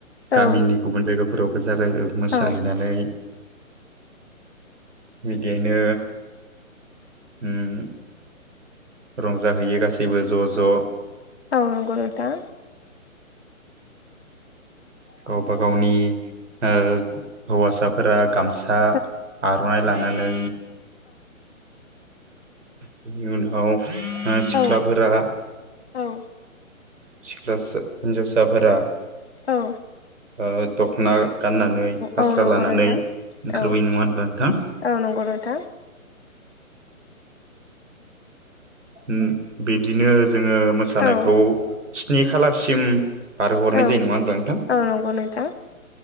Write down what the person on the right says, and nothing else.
गामिनि गुबुन जायगाफोरावबो जागायना मोसाहैनानै
बिदियैनो उम रंजाहैयो गासैबो ज' ज'
गावबा गावनि ओ हौवासाफोरा गामसा
आर'नाइ लानानै बेनि उनाव सिख्लाफोरा
सिख्लासा हिनजावसाफोरा।
ओ दख'ना, गाननानै फास्रा
लानानै
ओंखारबो
नङा होनबा नोंथां।
ओम बिदिनो जोङो मोसानायखौ
स्नि खालारसिम बार हरनाय
जायो नङा होनब्ला नोंथां।